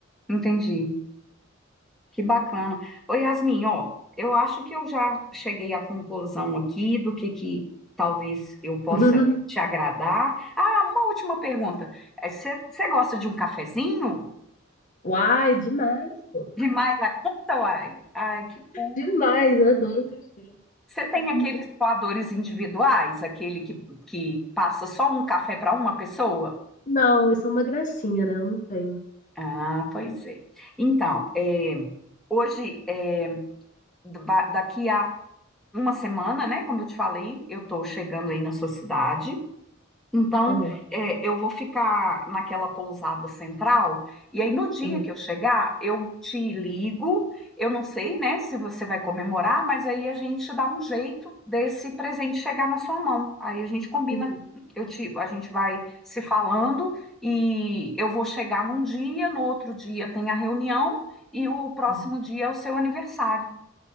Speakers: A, in the centre; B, on the left.
A: entendi. Que bacana. Ô, Yasmin, ó, eu acho que eu já cheguei à conclusão aqui do que que talvez eu possa
B: <laughs>
A: te agradar. Ah, uma última pergunta. Você gosta de um cafezinho?
B: Uai, demais, pô.
A: Demais a conta, uai? Ai, que bom.
B: Demais, eu adoro um café.
A: Você
B: É
A: tem
B: a coisa
A: aqueles
B: melhor.
A: coadores individuais, aquele que, que passa só um café para uma pessoa?
B: Não, isso é uma gracinha, né? Eu não tenho.
A: Ah, pois é. Então, é, hoje, é, da- daqui a uma semana, né? Como eu te falei, eu estou chegando aí na sua cidade. Então,
B: Aham,
A: é, eu vou ficar naquela pousada central, e aí no dia
B: aham.
A: que eu chegar, eu te ligo. Eu não sei, né, se você vai comemorar, mas aí a gente dá um jeito desse presente chegar na sua mão. Aí a gente combina,
B: Uhum,
A: eu te, a gente vai se falando e eu vou chegar num dia, no outro dia tem a reunião e o próximo
B: uhum.
A: dia é o seu aniversário.